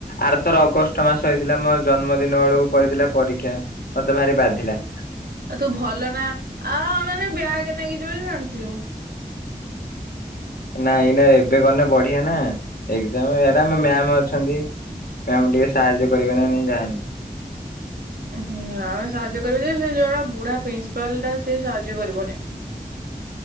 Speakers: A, on the left; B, on the right.
A: ଆରଥର ଅଗଷ୍ଟ ମାସ ହେଇଥିଲା ମୋ ଜନ୍ମଦିନ ବେଳକୁ କରିଥିଲା ପରୀକ୍ଷା ମତେ ଭାରି ବାଧିଲା।
B: ଆଉ ତୁ ଭଲ ନା ଆ-ଆ ମାନେ ବ୍ୟାଗ୍ ନେଇକି ଯିବା ଜାଣିଚୁ।
A: ନାଇଁ ଏଇନା ଏବେ କଣ ବଢ଼ିଆ ନା ଏଜ୍ଜାମ ରେ ଏରା ମ୍ୟାମ୍ ଅଛନ୍ତି। ଏ ଆମକୁ ଟିକେ ସାହାଯ୍ୟ କରିବେ ନା ନାଇଁ ଯାହେଲେ।
B: ହୁଁ ଆମେ ସାହାଯ୍ୟ କରିବୁ ଯେ ସେ ଜର ବୁଢ଼ା ପ୍ରିନ୍ସିପାଲ ଟା ସେ ସାହାଯ୍ୟ କରିବନି।